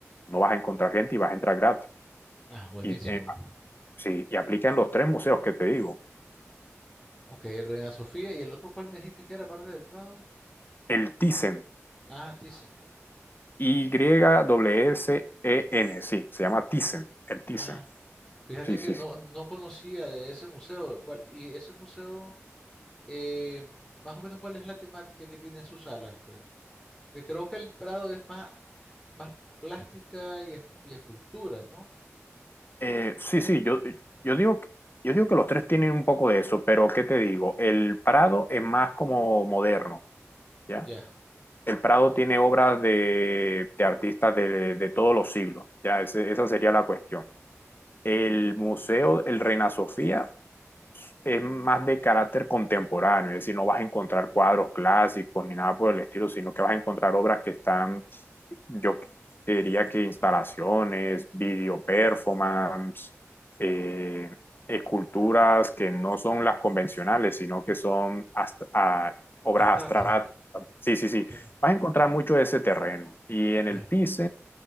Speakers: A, on the left (about 45°); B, on the left (about 15°).
A: No vas a encontrar gente y vas a entrar gratis.
B: Ah, buenísimo.
A: Y, eh, sí, y aplica en los tres museos que te digo.
B: Ok, Reina Sofía. ¿Y el otro cuál me dijiste que era parte del Prado?
A: El Thyssen,
B: Ah, Thyssen.
A: T-H-Y-S-E-N, sí, se llama Thyssen, el Thyssen.
B: Ah, fíjate
A: Sí,
B: que
A: sí,
B: no,
A: sí.
B: no conocía de ese museo. ¿Cuál- y ese museo, eh, más o menos, ¿cuál es la temática que tiene en sus salas? Pues, porque creo que el Prado es más, más plástica y, es- y esculturas, ¿no?
A: Eh, sí, sí, yo, yo digo, que- yo digo que los tres tienen un poco de eso, pero ¿qué te digo? El Prado es más como moderno, ¿ya?
B: Ya.
A: El Prado tiene obras de, de artistas de, de todos los siglos, ¿ya? Ese- esa sería la cuestión. El Museo, el Reina Sofía, es más de carácter contemporáneo, es decir, no vas a encontrar cuadros clásicos ni nada por el estilo, sino que vas a encontrar obras que están, yo diría que instalaciones, video performance, eh, esculturas que no son las convencionales, sino que son hasta, a, obras
B: Abstracta.
A: abstractas. Sí, sí, sí.
B: Ok,
A: Vas a encontrar mucho de ese terreno. Y en
B: Ya.
A: el TICE